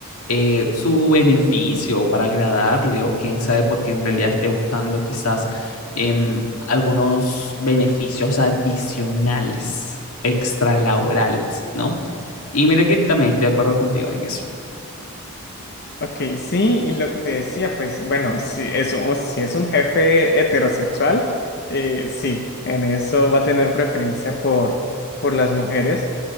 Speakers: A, on the left (about 80°); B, on the left (about 50°).
A: eh, su beneficio, o para agradarle, o quién sabe, porque en realidad esté buscando quizás em, algunos beneficios adicionales, extralaborales, ¿no? Y mira que también estoy de acuerdo contigo en eso.
B: Ok, sí, y lo que te decía, pues bueno, si es, un- si es un jefe heterosexual, eh, sí, en eso va a tener preferencia por, por las mujeres,